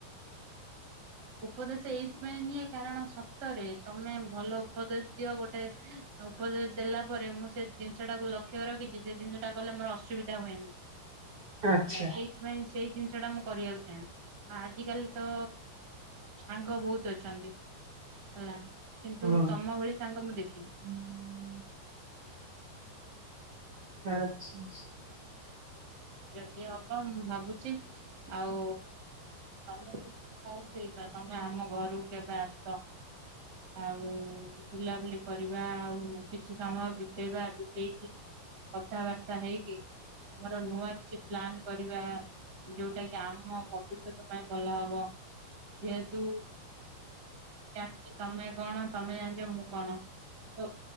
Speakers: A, on the right; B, on the right.
A: ଉପଦେଶ ଏଇଥିପାଇଁ ନିଏ କାରଣ ସତରେ ତମେ ଭଲ ଉପଦେଶ ଦିଅ ଗୋଟେ। ଉପଦେଶ ଦେଲା ପରେ ମୁଁ ସେ ଜିନିଷ ଟାକୁ ଲକ୍ଷ୍ୟ ରଖିଛି ସେ ଜିନିଷଟା କଲେ ମୋର ଅସୁବିଧା ହୁଏନିଁ।
B: ଆଚ୍ଛା
A: ହେଲା ସେଇଥିପାଇଁ ସେଇ ଜିନିଷ ଟା ମୁଁ କରିବାକୁ ଚାହେଁ ଆ ଆଜିିକାଲି ତ ସାଙ୍ଗ ବହୁତ ଅଛନ୍ତି ହେଲା କିନ୍ତୁ
B: ହୁଁ
A: ତମ ଭଳି ସାଙ୍ଗ ମୁଁ ଦେଖିନି। ହୁଁ।
B: ଆଛା।
A: ଯଦି ହବ ମୁଁ ଭାବୁଚି ଆଉ ତୋମକୁ ମୁଁ କଉଥିଲି ତ ତୋମେ ଆମ ଘରକୁ କେବେ ଆସ। ଆଉ ବୁଲାବୁଲି କରିବା ଆଉ। କିଛି ସମୟ ବିତେଇବା, ବିତେଇକି କଥାବାର୍ତ୍ତା ହେଇକି ଆମର ନୂଆ କିଛି ପ୍ଲାନ୍ କରିବା ଯୋଉଟା କି ଆମ ଭବ ଷ୍ୟତ ପାଇଁ ଭଲ ହବ। ଯେହେତୁ ଜାଣିଚି ତୋମେ କଣ? ତୋମେ ଜାଣିଚ ମୁଁ କଣ? ତ